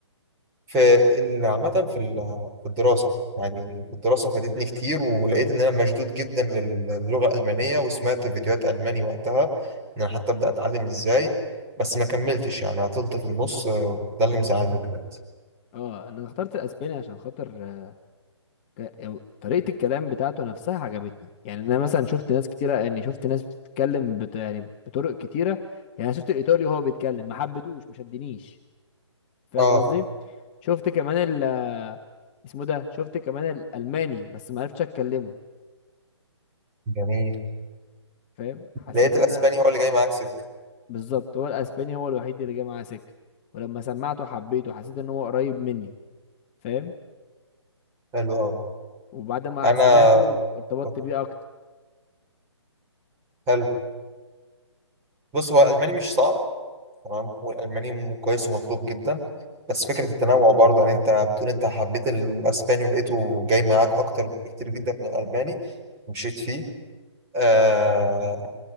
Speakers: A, on the right; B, on the left.
A: فعامة في ال- في الدراسة يعني في الدراسة فادتني كتير ولقيت إن أنا مشدود جدا لل- للغة الألمانية وسمعت فيديوهات ألماني وقتها إن أنا حتى أبدأ أتعلم إزاي بس ما كملتش يعني عطلت في النص آه، ده اللي مزعلني دلوقتي
B: اه انا اخترت الاسباني عشان خاطر آه، ك- يعني طريقه الكلام بتاعته نفسها عجبتني يعني انا مثلا شفت ناس كتيره يعني شفت ناس بتتكلم بت... يعني بطرق كتيره يعني أنا شفت الايطالي وهو بيتكلم ما حبيتهوش ما شدنيش فاهم
A: اه
B: قصدي شفت كمان ال اسمه ده شفت كمان الالماني بس ما عرفتش اتكلمه
A: جميل
B: فاهم حسيت
A: لقيت
B: ان
A: الأسباني
B: أنا-
A: هو اللي جاي معاك سكة
B: بالظبط هو الاسباني هو الوحيد اللي جه معاه سكه ولما سمعته حبيته حسيت ان هو قريب مني فاهم
A: حلو أوي
B: وبعد ما
A: أنا
B: سمعته ارتبطت
A: طب
B: بيه اكتر
A: حلو بص هو الألماني مش صعب تمام والألماني كويس ومطلوب جدا بس فكرة التنوع برضه يعني أنت بتقول أنت حبيت الأسباني ولقيته جاي معاك أكتر بكتير جدا من الألماني ومشيت فيه آه،